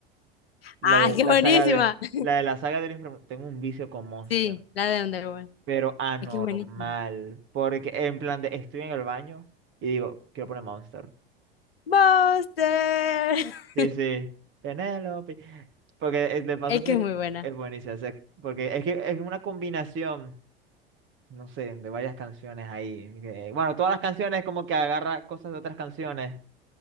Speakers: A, on the right; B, on the left.
A: La
B: Ah,
A: de
B: es que
A: la
B: es buenísima.
A: saga de
B: <laughs>
A: la de la saga del inframundo. Tengo un vicio con Monster.
B: Sí, la de Underworld.
A: Pero anormal.
B: Es que es buenísima.
A: Porque en plan de estoy en el baño y digo, quiero poner Monster.
B: Buster. <laughs>
A: Sí, sí. Penélope. Porque eh, de paso
B: Es
A: se,
B: que es muy buena.
A: es buenísimo. se- porque es que es una combinación, no sé, de varias canciones ahí. que- bueno, todas las canciones como que agarra cosas de otras canciones.